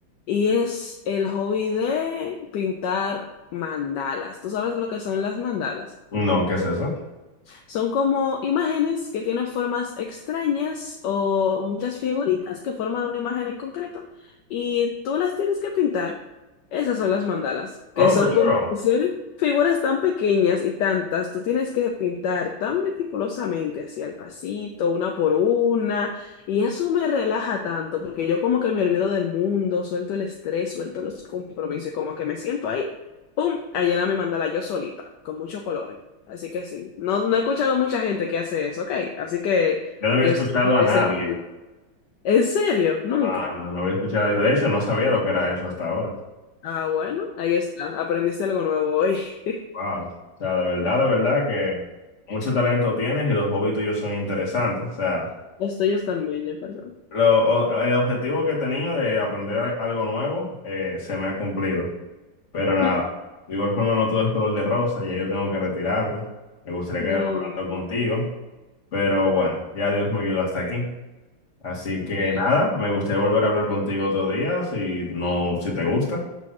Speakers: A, on the left (about 70°); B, on the left (about 35°).
A: y es el hobby de pintar mandalas. ¿Tú sabes lo que son las mandalas?
B: No, ¿qué es eso?
A: Son como imágenes que tienen formas extrañas o muchas figuritas que forman una imagen en concreto y tú las tienes que pintar. Esas son las mandalas, que
B: Oh,
A: son
B: qué chulo.
A: como <laughs> ser figuras tan pequeñas y tantas. Tú tienes que pintar tan meticulosamente, así al pasito, una por una. Y eso me relaja tanto porque yo como que me olvido del mundo, suelto el estrés, suelto los compromisos y como que me siento ahí, ¡pum!, a llenar mi mandala yo solita, con muchos colores. Así que sí. No, no he escuchado mucha gente que hace eso, ok. Así que
B: Yo no
A: yo
B: había escuchado
A: estoy empecé-
B: a nadie.
A: <laughs> ¿En serio? Nunca.
B: No, no, no, no había escuchado. De hecho, no sabía lo que era eso hasta ahora.
A: Ah, bueno, ahí está. Aprendiste algo nuevo hoy. <laughs>
B: Wow. O sea, de verdad, de verdad que mucho talento tienes y los hobbies tuyos son interesantes. O sea,
A: Los tuyos también, ya, perdón.
B: lo, o- el objetivo que tenía de aprender algo nuevo eh, se me ha cumplido. Pero nada,
A: <laughs>
B: de igual forma no todo es color de rosa, ya yo tengo que retirarme. Me gustaría
A: No.
B: quedar hablando contigo, pero bueno, ya Dios me ayudó hasta aquí. Así
A: ok.
B: que nada, me gustaría volver a hablar contigo otro día, si no, si te gusta.